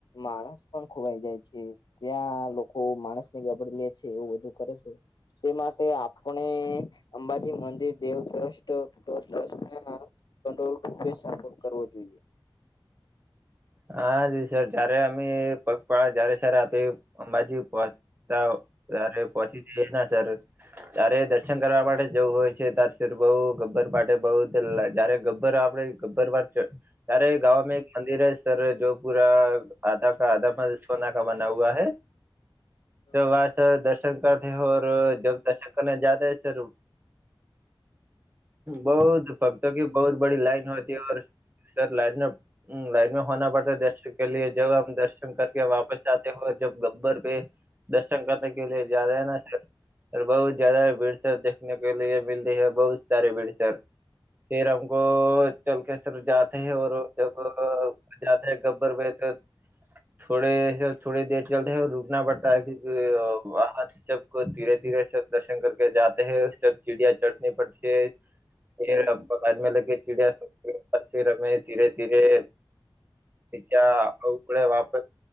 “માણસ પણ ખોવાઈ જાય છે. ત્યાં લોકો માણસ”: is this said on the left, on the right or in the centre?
Left